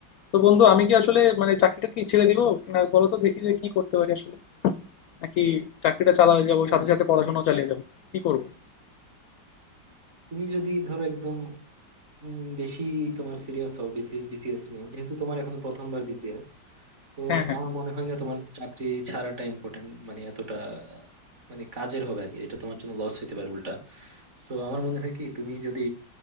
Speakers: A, on the left; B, on the right.
A: তো বন্ধু আমি কি আসলে মানে চাকরিটা কি ছেড়ে দিব না বলো তো দেখি যে কি করতে পারি আসলে নাকি চাকরিটা চালাতে যাবো
B: না
A: সাথে সাথে পড়াশোনাও
B: চাক-
A: চালিয়ে যাবো কি করব
B: তুমি যদি ধরো একদম উম, বেশি তোমার সিরিয়াস হও বিসিএস নিয়ে যেহেতু তোমার এখন প্রথমবার বিসিএস তো
A: হ্যাঁ হ্যাঁ
B: আমার মনে হয় না তোমার চাকরি ছাড়াটা ইম্পর্টেন্ট মানে এতটা আহ, মানে কাজের হবে আর কি এটা তোমার জন্য লস হতে পারে উল্টা তো আমার মনে হয় কি তুমি যদি